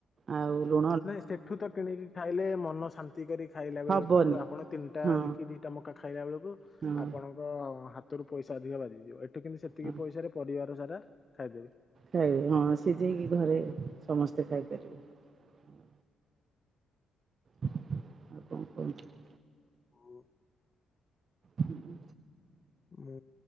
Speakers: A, on the right; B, on the left.
A: ଆଉ ଲୁ
B: ନାଇଁ ସେଠୁ ତ କିଣିକି ଖାଇଲେ ମନ ଶାନ୍ତି କରି ଖାଇଲା ବେଳକୁ
A: ହବନି
B: ଆପଣ ତିନିଟା
A: ହଁ
B: କି ଦିଟା ମ ମକା ଖାଇଲା ବେଳକୁ
A: ହଁ
B: ଆପଣଙ୍କ ହାତରୁ ପଇସା ଅଧିକା ବାଜିଯିବ। ଏଠୁ କିନ୍ତୁ ସେତିକି
A: ହଁ
B: ପଇସାରେ ପରିବାର ସାରା ଖାଇଦେବେ।
A: ଖାଇବେ ହଁ ସିଝେଇକି ଘରେ ସମସ୍ତେ ଖାଇପାରିବେ। <inaudible> ଆଉ କଣ କୁହନ୍ତୁ। <inaudible>
B: <inaudible>
A: ହୁଁ।
B: ମୁଁ